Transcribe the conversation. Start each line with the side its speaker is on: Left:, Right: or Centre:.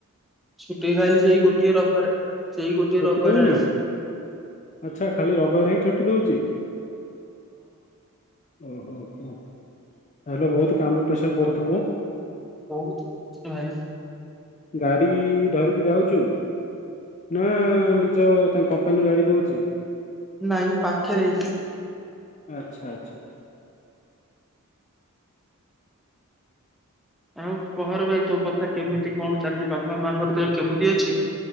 Centre: ଛୁଟି ଖାଇଲି ସେଇ ଗୋଟିଏ ରବିବାରରେ ସେଇ ଗୋଟିଏ
Left: ଛୁଟି
Centre: ରବିବାରେ
Left: ଦଉନି? ଆଚ୍ଛା ଖାଲି ରବିବାରେ ହିଁ ଛୁଟି ଦଉଛି। ଓହୋ ହୋ ଆଚ୍ଛା ତାହେଲେ ବହୁତ କାମ ପ୍ରେସର ପଡୁଥିବ।
Centre: ବହୁତୁ ପଢୁଥିଲୁ ଭାଇ।
Left: ଗାଡି ଧରିକି ଯାଉଛୁ। ନା ନିଜ ତା କମ୍ପାନୀ ଗାଡି ଦଉଛି?
Centre: ନାଇଁ ପାଖେରେ ଏଇଠି।
Left: ଆଚ୍ଛା ଆଚ୍ଛା।
Centre: ଆଉ କହରେ ଭାଇ ତୋ କଥା କେମିତି କଣ ଚାଲିଛି ବାପା ମାଆଙ୍କର ଦେହ କେମିତି ଅଛି?